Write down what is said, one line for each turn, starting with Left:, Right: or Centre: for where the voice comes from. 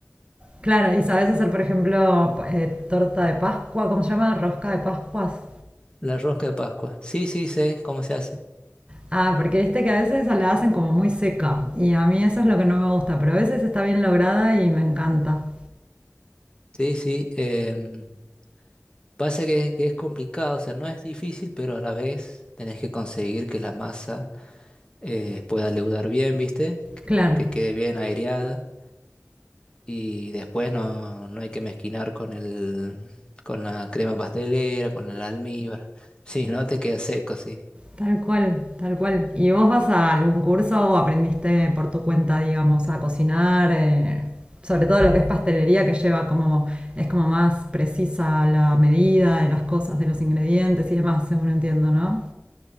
Right: Claro, y sabés hacer, por ejemplo, pa- eh, torta de Pascua, ¿cómo se llama? Rosca de Pascuas.
Left: La rosca de Pascua. Sí, sí, sé cómo se hace.
Right: Ah, porque viste que a veces la hacen como muy seca y a mí eso es lo que no me gusta, pero a veces está bien lograda y me encanta.
Left: Sí, sí. em, pasa que, que es complicado, o sea, no es difícil, pero a la vez tenés que conseguir que la masa eh, pueda leudar bien, ¿viste? Que
Right: Claro.
Left: que quede bien aireada. Y después no, no hay que mezquinar con el, con la crema pastelera, con el almíbar. <laughs> si no te queda seco, sí.
Right: Tal cual, tal cual. ¿Y vos vas a algún curso o aprendiste por tu cuenta, digamos, a cocinar? eh, sobre todo lo que es pastelería, que lleva como, es como más precisa la medida de las cosas, de los ingredientes y demás, según entiendo, ¿no?